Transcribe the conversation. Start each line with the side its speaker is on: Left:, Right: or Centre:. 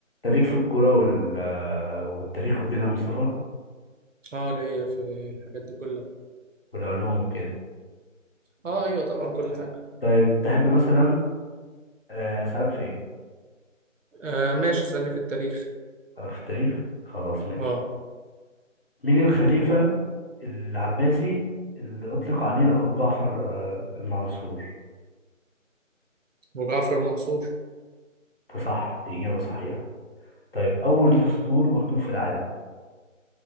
Left: انت ليك في الكورة وال... والتاريخ وكده يا مصطفى
Right: اه ليا في الحاجات دي كلها
Left: والعلوم وكده
Right: اه ايوه طبعا كل حاجه
Left: طيب تحب مثلا آه، أسألك في إيه؟
Right: آه ماشي اسالني في التاريخ
Left: أسألك في التاريخ خلاص ماشي
Right: اه
Left: مين الخليفة العباسي اللي أطلق عليه لقب جعفر آه، المنصور
Right: ابو جعفر منصور
Left: ده صح دي إجابة صحيحة طيب أول دستور مكتوب في العالم